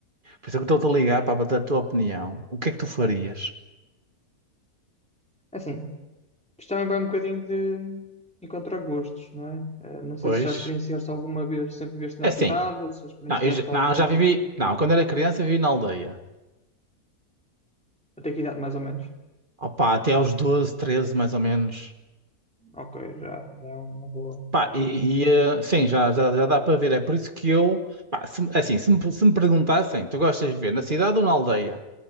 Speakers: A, on the right (about 35°); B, in the centre.
A: por isso é que eu estou a ligar pá, para bater a tua opinião. O que é que tu farias
B: É Assim, isto também vai um bocadinho de encontrar gostos, não é? Eh, não sei
A: hoje?
B: se já experienciaste alguma vez, sempre viveste na
A: É
B: cidade,
A: Assim,
B: ou se já experienciaste
A: não, eu já,
B: alguma.
A: não, já vivi. Não, quando era criança vivi na aldeia.
B: Até que idade, mais ou menos?
A: Opa, até aos 12, 13 mais ou menos.
B: Ok, já, já é uma boa,
A: Pá,
B: boa.
A: e, e, ah, sim, já, já, já dá para ver. É por isso que eu, pá, se, assim, se me, se me perguntassem, tu gostas de viver na cidade ou na aldeia?